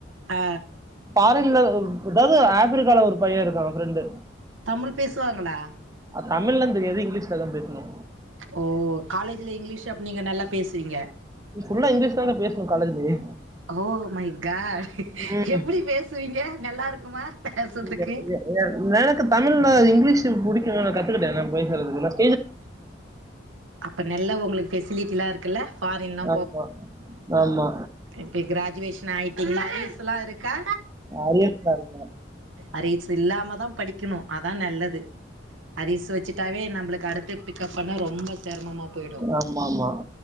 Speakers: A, on the right; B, on the right.
A: ஆ
B: பாரின்ல ஏதாவது ஆப்பிரிக்கால ஒரு பையே இருக்காங்க ஃப்ரெண்டு
A: தமிழ் பேசுவாங்களா
B: தமிழ்லா தெரியாது இங்கிலீஷ்லதா பேசுனு
A: ஓ காலேஜ்ல இங்கிலீஷ் அப்ப நீங்க நல்லா பேசுவிங்க
B: ஃபுல்லா இங்கிலீஷ்தாகா பேசணு காலேஜிலியே
A: ஓ மை காட்
B: ம்ம்
A: எப்டி பேசுவீங்க நல்லா இருக்குமா பேசறதுக்கு
B: எ எ எனக்கு தமிழ்ல இங்கிலீஷ் புடிக்கு கத் த்துக்கிட்டே <unintelligible>
A: அப்ப நல்ல உங்களுக்கு பெசிலிட்டில்லா இருக்குல்ல ஃபாரின்ல்லா
B: ஆமா ஆமா
A: இப்ப கிராஜுவேஷன் ஆயிட்டீங்கள அரியர்ஸ்ல்லா இருக்கா
B: அரியர்ஸ்ல இல்ல
A: அரிஸ் இல்லாமதா படிக்கணு அதா நெல்லது அரிஸ் வச்சுட்டாவே நம்மளுக்கு அடுத்து பிக்கப் பண்ண ரொம்ப சிரமம்மா போயிடு
B: ஆமா ஆமா